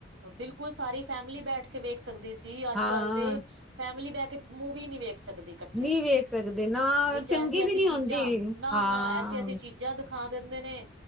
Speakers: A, on the right; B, in the centre.
A: ਬਿਲਕੁਲ ਸਾਰੀ ਫੈ਼ਮਲੀ ਬੈਠ ਕੇ ਵੇਖ ਸਕਦੀ ਸੀ ਅੱਜ
B: ਹਾਂ।
A: ਕੱਲ ਤੇ। ਫੈਮਿਲੀ ਬਹਿ ਕੇ ਮੂਵੀ ਨਹੀਂ ਵੇਖ ਸਕਦੀ। ਇਕੱਠੇ
B: ਨੀ ਵੇਖ ਸਕਦੇ ਨਾ
A: ਵਿੱਚ
B: ਚੰਗੀ
A: ਐਸੀ-
B: ਵੀ
A: ਐਸੀ
B: ਨੀ ਹੁੰਦੀ
A: ਚੀਜ਼ਾਂ ਨਾ
B: ਹਾਂ,
A: ਨਾ ਐਸੀ -ਐਸੀ ਚੀਜ਼ਾਂ। ਦਿਖਾ ਦਿੰਦੇ ਨੇ